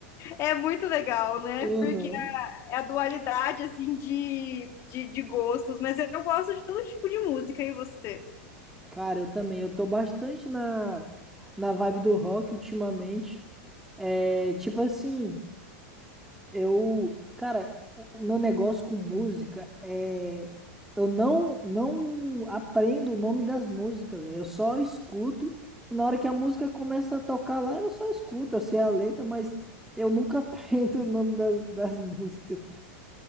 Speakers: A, on the left; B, in the centre.
A: É muito legal, né?
B: Aham.
A: é a dualidade, assim, de, de, de gostos. Mas eu gosto de todo tipo de música, e você?
B: Cara, eu também. Eu tô bastante na, na vibe do rock ultimamente. É, tipo assim, eu. Cara, o o meu negócio com música é. Eu não, não aprendo o nome das músicas, velho. Eu só escuto. E na hora que a música começa a tocar lá, eu só escuto. Eu sei a letra, mas eu nunca <laughs> aprendo o nome das, das músicas.